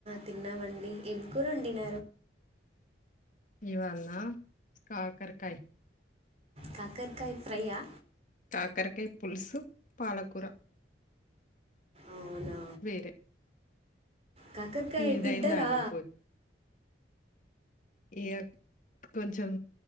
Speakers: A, on the right; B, on the left.
A: తిన్నామండి ఏంకరు వండిన
B: ఇవాలా కాకరకాయ
A: కకరకాయ ఫ్రైయాయా
B: కాకరకాయ పులుసు పాలకూర
A: అవునా
B: వేరే
A: కాకరకాయ
B: మీదయిందా
A: తింటారా
B: అండి ఇ కొంచెం